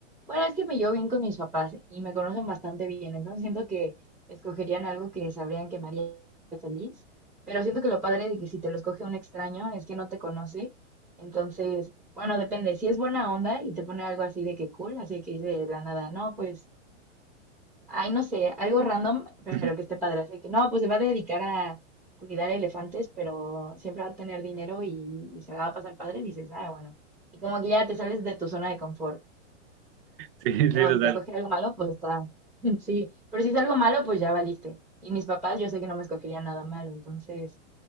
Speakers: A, in the centre; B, on the right.
A: Bueno, es que me llevo bien con mis papás y me conocen bastante bien, entonces siento que escogerían algo que sabrían que me haría feliz, pero siento que lo padre de que si te lo escoge un extraño es que no te conoce, entonces, bueno, depende, si es buena onda y te pone algo así de que cool, así que dice de la nada, no, pues, ay, no sé, algo random,
B: <laughs>
A: pero que esté padre, así que no, pues se va a dedicar a cuidar elefantes, pero siempre va a tener dinero y, y se la va a pasar padre, dices, ah, bueno, y como que ya te sales de tu zona de confort.
B: Sí, sí,
A: Pero
B: total.
A: si te escoge algo malo, pues está, <laughs> sí, pero si es algo malo, pues ya valiste. Y mis papás, yo sé que no me escogerían nada malo, entonces